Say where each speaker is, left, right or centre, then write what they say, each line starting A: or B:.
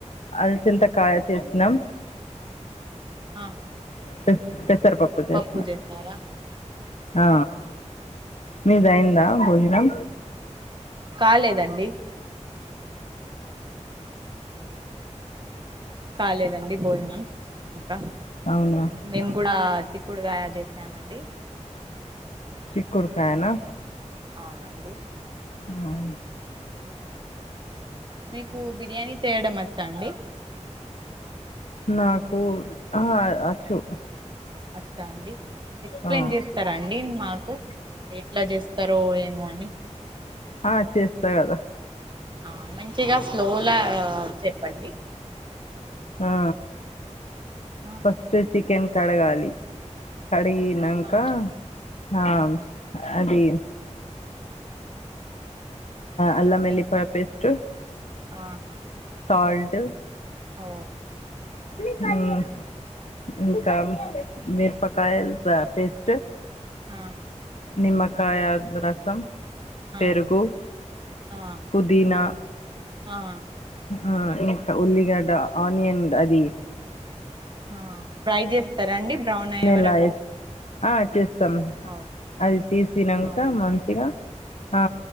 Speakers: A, on the left (about 65°); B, on the right (about 40°).
A: అల్చింత కాయ చేసినం
B: ఆహ
A: <unintelligible> చేసినాం
B: పప్పు జేసారా
A: ఆ మీది అయిందా
B: ఉమ్,
A: బోజనం
B: కాలేదండి కాలేదండి భోజనం ఇంకా
A: అవునా
B: మేమ్ గూడా చిక్కుడుగాయ జేసామండి
A: చిక్కుడుకాయనా
B: అవునండి
A: అ అవును
B: మీకూ బిర్యానీ చేయడం వచ్చా అండి
A: నాకూ అహా అచ్చు
B: అచ్చా అండి ఎక్స్ప్రెస్
A: ఆ
B: చేస్తారా అండి మాకు ఎట్లా చేస్తారో ఏమో అని
A: ఆ చేస్తా గాదా
B: ఆ మంచిగా స్లోలా చెప్పండి
A: ఆ
B: ఆ
A: ఫస్ట్ చికెన్ కడగాలి కడిగినంక
B: ఆ
A: ఆ
B: ఉహు
A: అది అల్లం ఎల్లిపాయ
B: ఇం-
A: పేస్ట్
B: ఆహా
A: సాల్ట్
B: ఓ
A: హ్మ్మ్ ఇంకా మిరపకాయల్ పేస్ట్
B: ఆ
A: నిమ్మకాయ రసం పెరుగు
B: ఆహా ఆ
A: పుదీనా
B: ఆ
A: ఆ ఇంకా ఉల్లిగడ్డ ఆనియన్ అది
B: ఆ ఫ్రై చేస్తారా అండి బ్రౌన్
A: నూనెలా
B: అయ్యే వరకు
A: వేసి ఆ చేస్తాం
B: ఓ
A: అది తీసినంక
B: అవునండి
A: మంచిగా ఆ